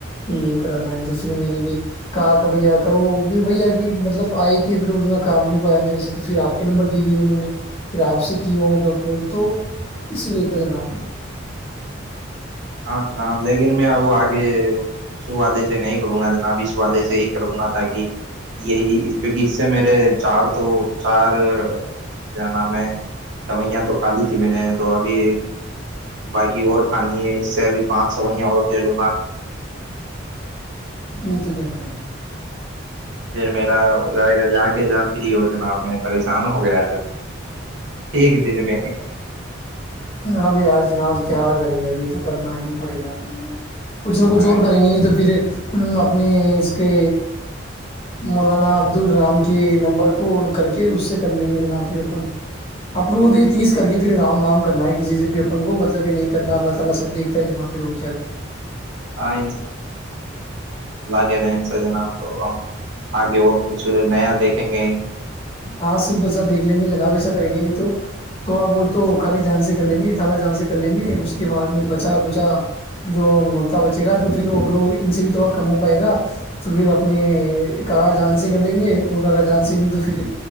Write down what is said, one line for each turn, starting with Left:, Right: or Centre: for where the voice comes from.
Left: یہ کرانا ہے تو پھر میں نے بھی کہا کہ بھیا کرو پ بھ کی مطلب آئے تھے پھر اس میں کام ی میرے سے تو پھر آپ کے نمبر دے دیے انہوں نے پھر آپ سے کیا ہوگا کال تو اسی لیے تھا جناب
Right: ہاں جنا لیکن میں اب آگے اسوالے سے نہیں کروں گا جناب اس والالے سے ہی کروں گا تاک یہی کیونکہ اس سے میرے چار تو چار کیا نام ہے سوئیاں تو خالی تھی میں نے تو ابھی باقی اور ہاں جی ابھی پانچ سو وہیا اور لے لوں گا
Left: نہیں تو کیاتا ہ
Right: پھر میرا جائے گا جا کے جان فری و جناب میں پریشان ہو گیا جذرا ایک دن میں ہے
Left: اب یار جناب کیا کرے ابھی تو کرنا ہی پڑے گا پر کو کچھ نہ کچھ
Right: ہاں
Left: اور کریں گے نہیں تو پھر اپنے اس کے مولانا عبدال رام کے نمبر کو کر کے اس سے کر لیں گے جنا پھر اپن اپن کو تو یہ تیس کر کے پھر رام رام السلام علیکم محترم بھائی جان آپ کو بھی مبارک ہو
Right: ہاں کہ رہے سر جناب تو ہم آگے اور کچھ نیا دیکھیں گے
Left: ہاں سمپل سا دیکھ لیں گے جناب ایسا کریں گے نہیں تو تھوڑا بہت تو خالی جان سے خالا جان سے کر لیں گے اس کے بعد میں بچا کچا جو نوتا بچے گا تو پھر اگر ان سے بھی تھوڑا کم ہو پائے گا تو پھر اپنے خالہ جان سے کر لیں گے اور خالہ جان سے نہیں تو پھر